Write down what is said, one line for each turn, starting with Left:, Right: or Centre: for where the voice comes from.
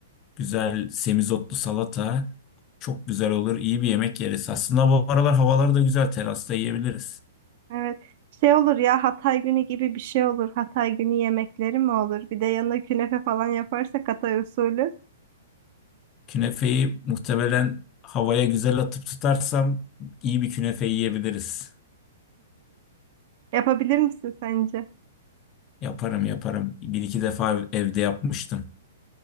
Left: Güzel semizotlu salata. Çok güzel olur. İyi bir yemek yeriz. Aslında bu aralar havalar da güzel. Terasta yiyebiliriz.
Right: Evet. Şey olur ya Hatay günü gibi bir şey olur. Hatay günü yemekleri mi olur? Bir de yanına künefe falan yaparsak Hatay usulü.
Left: Künefeyi muhtemelen havaya güzel atıp tutarsam iyi bir künefe yiyebiliriz.
Right: Yapabilir misin sence?
Left: Yaparım yaparım. Bir iki defa ev- evde yapmıştım.